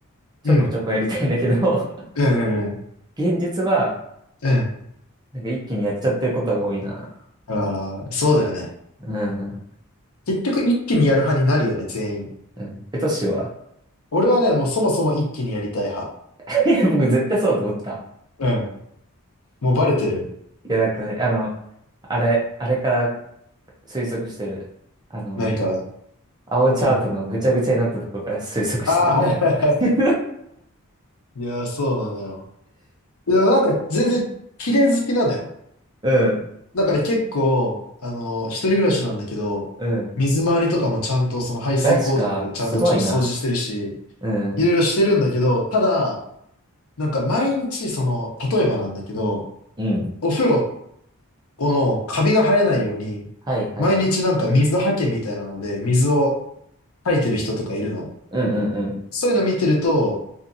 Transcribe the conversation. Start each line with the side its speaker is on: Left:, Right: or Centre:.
Right: ちょこちょこやりたいんだけど、
Left: うん。
Right: <laughs>
Left: うんうん
Right: 現実は
Left: うん。うん。
Right: なんか一気にやっちゃってることが多いな。
Left: ああ、そうだよね。
Right: うん。
Left: 結局一気にやる派になるよね、全員。
Right: うん。え、トシは
Left: 俺はね、もうそもそも一気にやりたい派。
Right: <laughs> いや僕絶対そうだと思った。
Left: うん。もうバレてる
Right: いや、なんかね、あの、あれ、あれから推測してる。あの、
Left: 何から。
Right: 青チャートのぐちゃぐちゃになったところから推測してる。
Left: うんああ、はいはいはい。
Right: <laughs>
Left: <laughs> いやー、そうなのよ。いや、なんか全然綺麗好きなのよ。
Right: うん。
Left: だから結構、あの、一人暮らしなんだけど、
Right: うん。
Left: 水回りとかもちゃんとその排水口とかまでちゃんとちょ掃除してるし、
Right: ガチか。すごいな。うん。
Left: いろいろしてるんだけど、ただ、なんか毎日その、例えばなんだけど、
Right: うん。
Left: お風呂のカビが生えないように、
Right: はいはいはい。
Left: 毎日なんか水はけみたいなので、水を吐いてる人とかいるの。
Right: うんうん
Left: そういうの見てると、